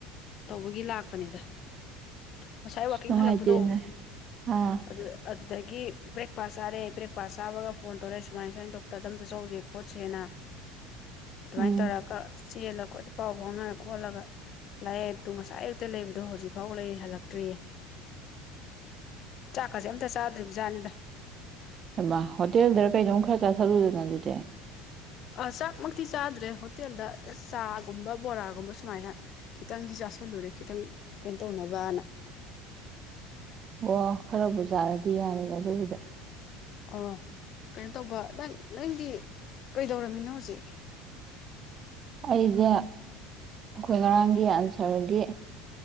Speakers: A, on the left; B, on the right.
A: ꯇꯧꯕꯒꯤ ꯂꯥꯛꯄꯅꯤꯗ ꯉꯁꯥꯏ
B: ꯑꯁ
A: ꯋꯥꯀꯤꯡ
B: ꯅꯨꯡꯉꯥꯏꯇꯦꯅꯦ
A: ꯍꯜꯂꯛꯄꯗꯣ
B: ꯑꯥ
A: ꯑꯗꯨ ꯑꯗꯨꯗꯒꯤ ꯕ꯭ꯔꯦꯛꯐꯥꯁ ꯆꯥꯔꯦ ꯕ꯭ꯔꯦꯛ ꯀꯀꯥ ꯆꯥꯕꯒ ꯐꯣꯟ ꯇꯧꯔꯛꯦꯨꯃꯥꯏ ꯁꯨꯃꯥꯏꯅ ꯗꯣꯛꯇꯔꯗꯝꯇ ꯆꯧꯁꯦ ꯈꯣꯠꯁꯦꯅ ꯑꯗꯨꯃꯥꯏꯅ
B: ꯎꯝ
A: ꯇꯧꯔꯒ ꯆꯦꯜꯂ ꯈꯣꯗ ꯄꯥꯎ ꯐꯥꯎꯅꯔꯛꯄ ꯈꯣꯠꯂꯒ ꯂꯥꯏꯌꯦꯠꯇꯨ ꯉꯁꯥꯏ ꯑꯨꯛꯇ ꯂꯩꯕꯗꯣ ꯍꯧꯖꯤꯛꯐꯥꯎ ꯂꯩꯔꯤ ꯍꯜꯂꯛꯇ꯭ꯔꯤꯌꯦ ꯆꯥꯛꯀꯁꯦ ꯑꯝꯇ ꯆꯥꯗ꯭ꯔꯤꯕ ꯖꯥꯠꯅꯤꯗ
B: ꯃ ꯍꯣꯇꯦꯜꯗ ꯀꯩꯗꯧꯝ ꯈꯔ ꯆꯥꯊꯠꯂꯨꯗꯅ ꯑꯗꯨꯗꯤ
A: ꯑ ꯆꯞ ꯤ ꯆꯥꯗ꯭ꯔꯦ ꯍꯣꯇꯦꯜꯗ ꯆꯥꯒꯨꯝꯕ ꯕꯣꯔꯥꯒꯨꯝꯕ ꯁꯨꯃꯥꯏꯅ ꯀ ꯑꯪꯗꯤ ꯆꯁꯦ ꯂꯨꯔꯦ ꯈꯤꯇꯪ ꯀꯩꯅꯣ ꯇꯧꯅꯕꯅ
B: ꯑꯣ ꯈꯔꯕꯨ ꯆꯥꯔꯗꯤ ꯌꯥꯔꯦꯗ ꯑꯗꯨꯒꯤꯗ
A: ꯑꯣ ꯀꯩꯅꯣ ꯇꯧꯕ ꯅꯪ ꯅꯪꯗꯤ ꯀꯩꯗꯧꯔꯝꯃꯤꯅꯣ ꯍꯧꯖꯤꯛ
B: ꯑꯩꯖ ꯑꯩꯈꯣꯏ ꯉꯔꯥꯡꯒꯤ ꯑꯟꯁꯔꯒꯤ